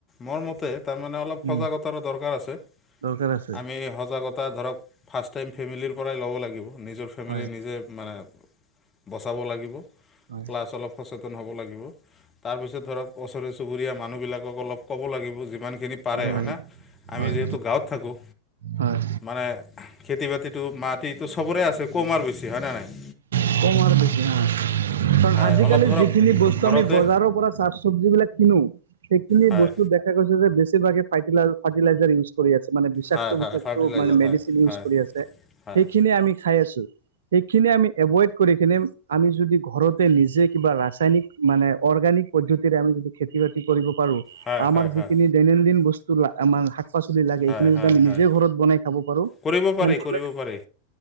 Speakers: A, on the left (about 20°); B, on the right (about 65°).
A: মোৰ মতে তাৰমানে, অলপ
B: উম
A: সজাগতাৰ দৰকাৰ আছে।
B: দৰকাৰ আছে
A: আমি সজাগতা ধৰক, ফাৰ্ষ্ট টাইম ফেমিলিৰ পৰাই ল'ব লাগিব, নিজৰ ফেমিলি
B: হয়
A: নিজে মানে বচাব লাগিব,
B: হয়
A: প্লাছ অলপ সচেতন হ'ব লাগিব। তাৰপিছত ধৰক, ওচৰে চুবুৰীয়া মানুহবিলাকক অলপ ক'ব লাগিব, যিমানখিনি পাৰে
B: ক'ব
A: হয়
B: লাগে
A: না,
B: হয়
A: আমি যিহেতু গাঁৱত থাকোঁ।
B: হয়।
A: মানে খেতি-বাতিটো মাটিটো চবৰে আছে, কম আৰু বেছি হয় নে নাই।
B: <unintelligible>
A: হয়
B: আজিকালি
A: অলপ ধৰক
B: যিখিনি বস্তু
A: ঘৰতে
B: আমি বজাৰৰ পৰা চাক চব্জি বিলাক কিনো সেইখিনি
A: হয়
B: বস্তুত দেখা গৈছে যে বেছি ভাগেই ফাইটিলৰ ফাইটিলাইআৰ ইউজ কৰি আছে মানে বিছাক্ত,
A: হয়
B: বিছাক্ত
A: হয় ফাৰ্টিলাইজাৰ
B: মানে মেডিচিন
A: হয়
B: ইউজ
A: হয়
B: কৰি আছে
A: হয়
B: সেইখিনি আমি খাই আছো। সেইখিনি আমি এভইড কৰি কিনে আমি যদি ঘৰতে নিজে কিবা ৰাছায়ানিক মানে অৰ্গেনিক পদ্ধতিৰে আমি যদি খেতি-বাতি কৰিব পাৰো অ'
A: হয়
B: আমাৰ
A: হয়
B: যিখিনি
A: হয়
B: দৈনন্দিন বচ তোলা আমাৰ শাক-পাচলি লাগে
A: হয়
B: এইখিনি যদি
A: হয়
B: আমি
A: হয়
B: নিজে ঘৰত বনাই খাব পাৰো
A: কৰিব
B: তেনেহ'লে
A: পাৰি কৰিব পাৰি